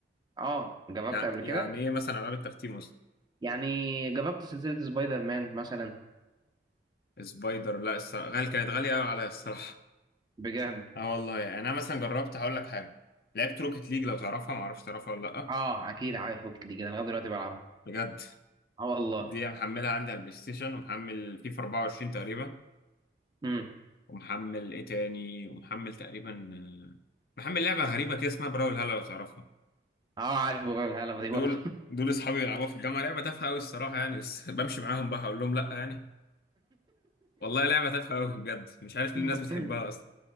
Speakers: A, on the right; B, on the left.
A: اه جربت
B: يعني
A: قبل
B: يعني
A: كده
B: ايه مثلا العاب التختيم اصلا
A: يعني جربت سلسله سبايدر مان مثلا
B: سبايدر لا الصراحه غالي كانت غاليه قوي عليا الصراحه
A: بجد
B: <laughs> اه والله يعني انا مثلا جربت هقول لك حاجه لعبت روكيت ليج لو تعرفها ما اعرفش تعرفها ولا لا
A: اه اكيد عارف وقت دي كده أنا لغايه دلوقتي بلعبها
B: بجد
A: اه والله
B: دي محملها عندي على البلاي ستيشن ومحمل فيفا 24 تقريبا
A: امم
B: ومحمل ايه تاني ومحمل تقريبا آه، محمل لعبة غريبة كده اسمها براول هلا لو تعرفها
A: اه عارف بقول الهلا
B: دول
A: دي برضه
B: دول اصحابي يلعبوها في الجامعة لعبة تافهة قوي الصراحة يعني بس <laughs> بمشي معاهم بقى اقول لهم لا يعني والله لعبة تافهة قوي بجد مش عارف ليه الناس
A: <laughs>
B: بتحبها اصلا